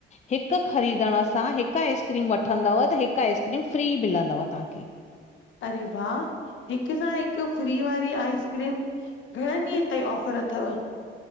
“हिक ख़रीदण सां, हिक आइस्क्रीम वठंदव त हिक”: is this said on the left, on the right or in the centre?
Left